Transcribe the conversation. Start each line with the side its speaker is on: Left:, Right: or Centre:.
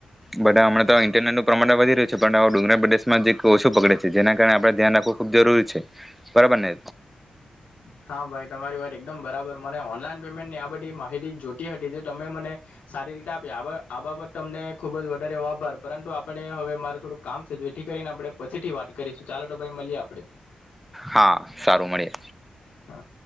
Centre: બધા હમણાં તો ઇન્ટરનેટનું પ્રમાણ વધી રહ્યું છે, પણ ડુંગરા પ્રદેશમાં જે ઓછું પકડે છે જેના કારણે આપણે ધ્યાન રાખવું ખૂબ જરૂરી છે બરાબર ને.
Left: હા ભાઈ તમારી વાત એકદમ બરાબર. મને ઓનલાઈન પેમેન્ટની આ બધી માહિતી જ જોતી હતી જે તમે મને સારી રીતે આપ્યા. આ બાબ આ બાબત તમને ખુબ જ વધારે એવો આભાર પરંતુ આપણે હવે મારે થોડું કામ છે. જેથી કરીને આપણે પછીથી વાત કરીશું. ચાલો તો ભાઈ મલીએ આપણે.
Centre: હા સારું મળીએ.
Left: હા.